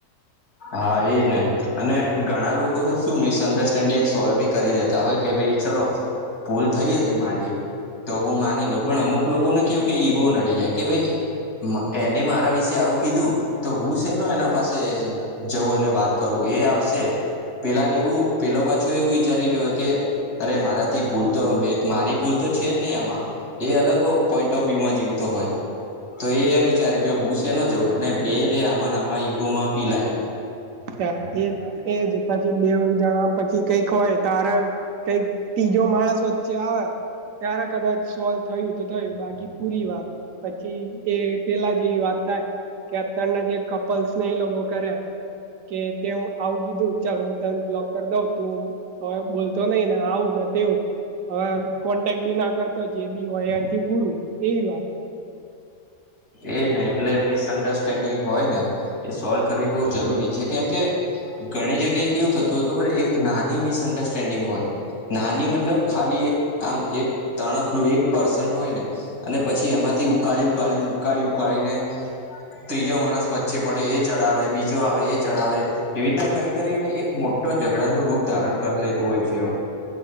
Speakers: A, on the left; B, on the right.
A: હા એજ ને. અને ઘણા લોકો તો શું મિસઅન્ડરસ્ટેન્ડિંગ સોલ્વ બી કરી દેતા હોય, કે ભઈ ચલો, ભૂલ થઈ હતી મારી તો હું માની લઉં. પણ અમુક લોકોને કેવું કે ઈગો નડી જાય, કે ભઈ એને મારા વિશે આવું કીધું તો હું શેનો એના પાસે જવું અને વાત કરું? એ આવશે. પેલા ને એવું પેલો પાછો એવું વિચારી રહ્યો હોય, કે અરે મારાથી ભૂલ તો, મે મારી ભૂલ તો છે જ નહીં આમાં. એ અલગ પોઈન્ટ ઓફ વ્યુમાં જીવતો હોય, તો એ એમ વિચારે કે હું શેનો જવું, અને બેઈ એ બેઈ આમાં ના આમાં ઈગોમાં પીલાય.
B: <unintelligible> એજ-એજ. પછી બેઉં જણા પછી કંઈક હોય ત્યારે કંઈક તીજો માણસ વચ્ચે આવે ત્યારે કદાચ સોલ્વ થયું તો થયું બાકી પૂરી વાત. પછી એ પેલા જેવી વાત થાય, કેપ્ટન ના જે કપલ્સને એ લોકોો કરે. કે તેમ આવું કીધું ચ બ્લોક કરી દઉ તું હવે બોલતો નહી ને આવું ને તેવ, હવે કોન્ટેક્ટ બી ના કરતો જે બી હોય અહીંથી બુરું એવી વાત.
A: એજ ને એટલે મિસઅન્ડરસ્ટેન્ડિંગ હોય ને. એ સોલ્વ કરવી બઉુ જરૂરી છે કેમ કે ઘણી જગ્યાએ કેવું થતું હોય ખબર એક નાની મિસઅન્ડરસ્ટેન્ડિંગ હોય. નાની મતલબ ખાલી એક આમ એક તણકલું એક પર્સન્ટ હોય ને, અને પછી એમાંથી ઉકાળી ઉકાળી ઉકાળી ઉકાળીને. ત્રીજો માણસ વચ્ચે પડે એ ચડાવે બીજો આવે એ ચડાવે. એવી રીતના કરી કરીને એક મોટા ઝઘડા નું રૂપ ધારણ કરી લેતું હોય છે.